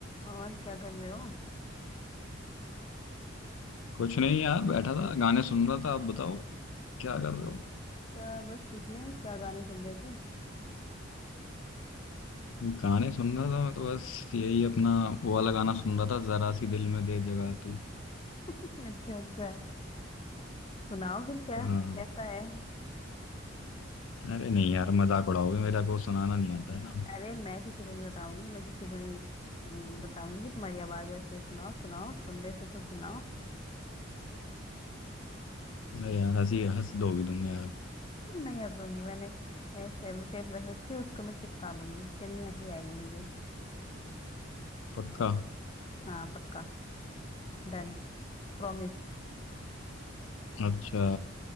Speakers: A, on the left; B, on the left.
A: और क्या कर रहे हो
B: कुछ नहीं यार बैठा था गाने सुन रहा था आप बताओ क्या कर रहे हो
A: क्या बस कुछ नहीं क्या गाने सुन रहे थे
B: गाने सुन रहा था मैं तो बस यही अपना वो वाला गाना सुन रहा था जरा सी दिल में दे जगह तू
A: <laughs> अच्छा अच्छा सुनाओ फिर क्या
B: हाँ
A: कैसा है
B: अरे नहीं यार मजाक उड़ाओगे मेरा को सुनाना नहीं आता है ना
A: अरे मैं किसी को नहीं बताऊंगी मैं किसी को नहीं अम, बताऊंगी कि तुम्हारी आवाज ऐसे है। सुनाओ सुनाओ सुन रहे थे तो सुनाओ
B: अरे यार हंसी हंस दोगी तुम यार
A: नहीं हंसूंगी मैंने सेलो टेप रख रखी है उसको मैं चिपका लूंगी फिर नहीं हंसी आएगी मुझे
B: पक्का
A: हाँ पक्का डन प्रॉमिस
B: अच्छा